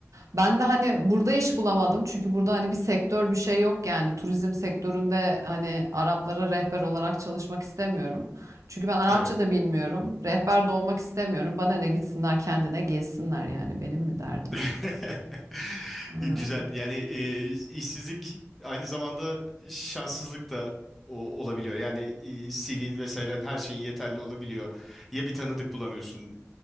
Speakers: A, on the right (about 80°); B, in the centre.
A: Ben de hani burada iş bulamadım. Çünkü burada hani bir sektör bir şey yok yani. Turizm sektöründe hani Araplara rehber olarak çalışmak istemiyorum. Çünkü ben Arapça
B: Evet.
A: da bilmiyorum. Rehber de olmak istemiyorum. Bana ne gitsinler kendine gezsinler yani benim mi derdim?
B: <laughs>
A: Aa,
B: Güzel. Yani e, işsizlik aynı zamanda şanssızlık da o, olabiliyor. Yani e, CV'in vesairen her şeyin yeterli olabiliyor. Ya bir tanıdık bulamıyorsun.